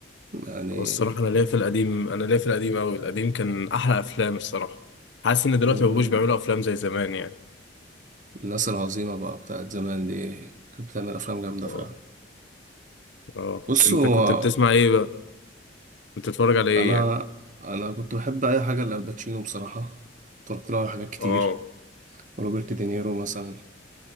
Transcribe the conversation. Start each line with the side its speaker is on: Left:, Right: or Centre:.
Right: يعني
Left: هو الصراحه انا ليا في القديم انا ليا في القديم قوي القديم كان احلى افلام الصراحه حاسس ان دلوقتي
Right: آه،
Left: ما بقوش بيعملوا افلام زي زمان يعني
Right: الناس العظيمة بقى بتاعت زمان دي كانت بتعمل افلام جامدة
Left: اه
Right: فعلا
Left: اه
Right: بص
Left: انت
Right: هو
Left: كنت بتسمع ايه بقى كنت بتتفرج على ايه
Right: انا
Left: يعني
Right: انا كنت بحب اي حاجة لالباتشينو بصراحة اتفرجت له على حاجات كتير
Left: اه
Right: روبرت دينيرو مثلا